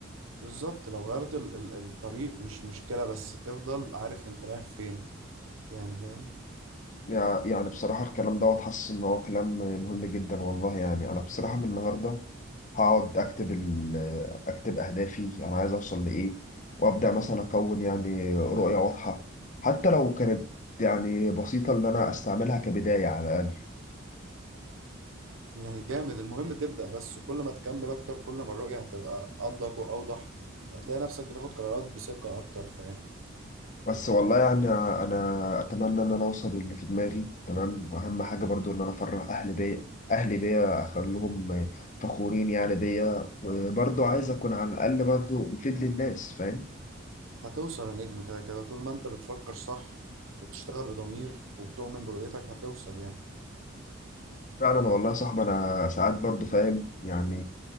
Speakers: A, on the right; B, on the left.
A: بالظبط لو غيرت ال- ال- الطريق مش مشكلة بس تفضل عارف أنت رايح فين يعني فاهم
B: يع- يعني بصراحة الكلام دوت حاسس ان هو كلام مهم جدا والله يعني انا بصراحة من النهاردة هقعد اكتب ال... اكتب اهدافي انا عايز اوصل لايه وابدا مثلا اكون يعني رؤيه واضحه حتى لو كانت يعني بسيطه ان انا استعملها كبدايه على الاقل
A: يعني جامد المهم تبدأ بس كل ما تكمل أكتر كل ما الرؤية هتبقى أنضج وأوضح وهتلاقي نفسك بتاخد قرارات بثقة أكتر فاهم
B: بس والله يعني انا اتمنى ان انا اوصل اللي في دماغي تمام واهم حاجه برضو ان انا افرح اهلي بيا اهلي بيا اخليهم فخورين يعني بيا وبرضو عايز اكون على الاقل برضو مفيد للناس فاهم
A: هتوصل يا نجم كده كده طول ما أنت بتفكر صح وبتشتغل بضمير وبتؤمن برؤيتك هتوصل يعني
B: فعلا والله يا صاحبي انا ساعات برضو فاهم يعني